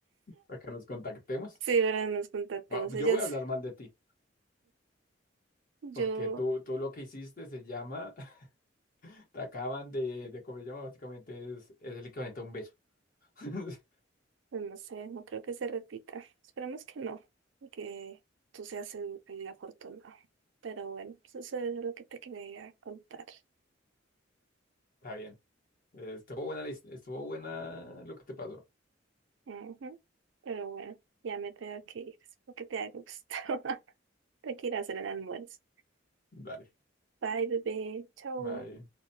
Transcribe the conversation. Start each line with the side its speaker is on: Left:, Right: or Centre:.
Left: para que nos contactemos.
Right: Sí, ahora nos contactemos.
Left: Wa-
Right: Ellas,
Left: Yo voy a hablar mal de ti,
Right: yo,
Left: porque tú, tú lo que hiciste se llama, <laughs> te acaban de, de comer llama, básicamente es, es el equivalente a un beso. <laughs>
Right: pues no sé, no creo que se repita. Esperemos que no, y que tú seas el, el afortunado. Pero bueno, pues eso es lo que te quería contar.
Left: Está bien. Eh, Estuvo buena, la his- estuvo buena lo que te pasó.
Right: Ujú. Pero bueno, ya me tengo que ir. Espero que te haya gustado. <laughs> Te quiero hacer el almuerzo.
Left: Dale.
Right: Bye, bebé. Chao.
Left: Bye.